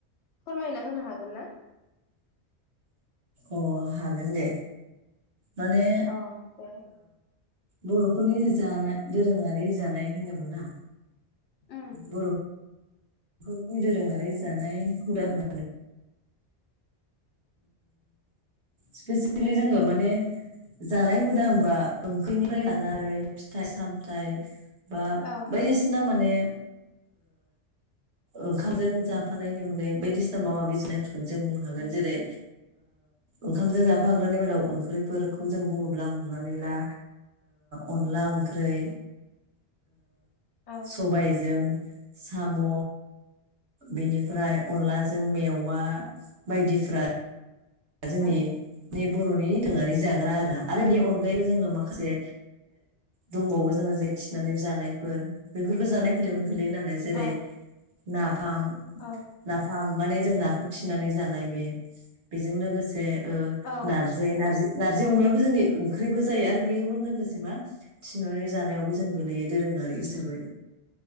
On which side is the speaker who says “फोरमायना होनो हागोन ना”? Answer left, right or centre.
Left